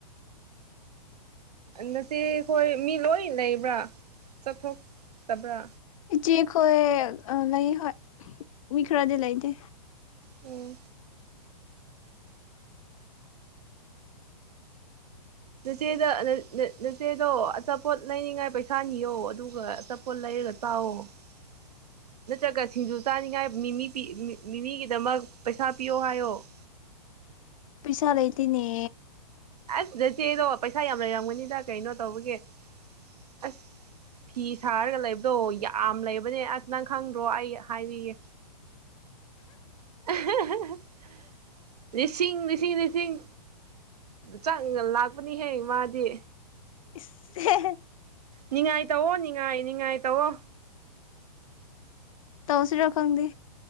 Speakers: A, on the right; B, on the left.
A: ꯅꯆꯦ ꯑꯩꯈꯣꯏ ꯃꯤ ꯂꯣꯏ ꯂꯩꯕ꯭ꯔꯥ ꯆꯠꯊꯣꯛꯇꯕ꯭ꯔꯥ
B: ꯏꯆꯦꯈꯣꯏ ꯂꯩ ꯍꯣꯏ ꯃꯤ ꯈꯔꯗꯤ ꯂꯩꯇꯦ
A: ꯑꯣ ꯆꯦꯗ ꯅꯆꯦꯗꯣ ꯑꯆꯥꯄꯣꯠ ꯂꯩꯅꯤꯉꯥꯏ ꯄꯩꯁꯥ ꯅꯤꯌꯣ ꯑꯗꯨꯒ ꯑꯆꯥꯄꯣꯠ ꯂꯩ <unintelligible> ꯅꯠꯇ꯭ꯔꯒ ꯁꯤꯡꯖꯨ ꯆꯥꯅꯤꯡꯉꯥꯏ ꯃꯤꯃꯤ ꯄꯤ ꯃꯤꯃꯤꯒꯤꯗꯃꯛ ꯄꯩꯁꯥ ꯄꯤꯌꯣ ꯍꯥꯏꯌꯣ <inaudible>
B: ꯄꯩꯁꯥ ꯂꯩꯇꯦꯅꯦ
A: ꯑꯁꯗ ꯅꯆꯦꯗꯣ ꯄꯩꯁꯥ ꯌꯥꯝ ꯂꯩꯔꯝꯒꯅꯤꯗ ꯀꯩꯅꯣ ꯇꯧꯕꯒꯤ ꯑꯁ ꯐꯤ ꯁꯥꯔꯒ ꯂꯩꯕꯗꯣ ꯌꯥꯝ ꯂꯩꯕꯅꯦ ꯑꯁ ꯅꯪ ꯈꯪꯗ꯭ꯔꯣ ꯑꯩ ꯍꯥꯏꯕꯤꯒꯦ <inaudible> ꯅꯤꯡꯁꯤꯡ ꯅꯤꯡꯁꯤꯡ ꯅꯤꯡꯁꯤꯡ ꯆꯥꯛ ꯂꯥꯛꯄꯅꯤꯍꯦ ꯃꯥꯗꯤ
B: ꯏꯁ
A: ꯅꯤꯡꯉꯥꯏ ꯇꯧꯑꯣ ꯅꯤꯡꯉꯥꯏ ꯅꯤꯡ ꯉꯥꯏ ꯇꯑꯣ
B: ꯇꯧꯁꯤ ꯔꯈꯪꯗꯤ